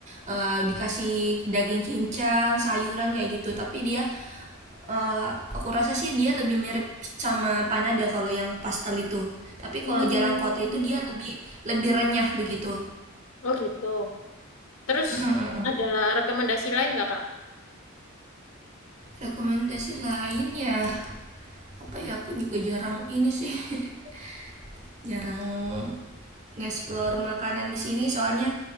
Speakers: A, on the right; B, on the left.
A: Eh, dikasih daging cincang, sayuran kayak gitu, tapi dia eh, aku rasa sih dia lebih mirip sama panada kalau yang pastel itu. Tapi
B: Hmm.
A: kalau jalan kota itu dia lebih lebih renyah begitu.
B: Oh gitu. Terus
A: Mm, mm, mm, mm.
B: ada rekomendasi lain nggak, Kak?
A: Rekomendasi lain ya apa ya aku juga jarang ini sih. <laughs> jarang nge-explore makanan di sini soalnya